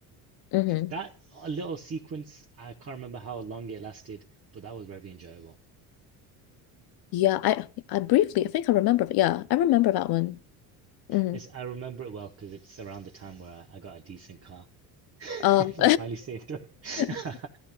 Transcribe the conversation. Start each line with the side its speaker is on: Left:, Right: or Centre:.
Left: hmm
Right: That little sequence, I can't remember how long it lasted, but that was very enjoyable.
Left: Yeah, I I briefly I think I remember. Yeah, I remember that one. Mm.
Right: It's, I remember it well because it's around the time where I, I got a decent car. <laughs> I
Left: Um
Right: finally saved up. <laughs>
Left: <laughs>